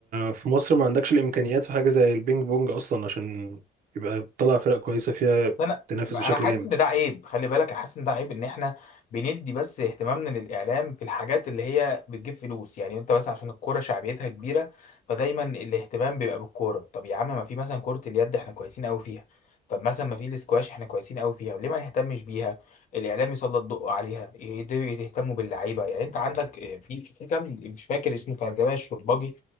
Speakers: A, on the right; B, on the left.
A: في مصر ما عندكش الامكانيات في حاجه زي البينج بونج اصلا عشان يبقى تطلع فرق كويسه فيها
B: بس انا
A: تنافس
B: انا
A: بشكل
B: حاسس
A: جامد
B: ان ده عيب خلي بالك انا حاسس ان ده عيب ان احنا بندي بس اهتمامنا للاعلام في الحاجات اللي هي بتجيب فلوس يعني انت بس عشان الكوره شعبيتها كبيره فدايما الاهتمام بيبقى بالكوره طب يا عم ما في مثلا كره اليد احنا كويسين قوي فيها طب مثلا ما في الاسكواش احنا كويسين قوي فيها ليه ما نهتمش بيها الاعلام يسلط ضوء عليها يهتموا يهتموا باللعيبه يعني انت عندك آه، في في كام مش فاكر اسمه كان جمال الشربجي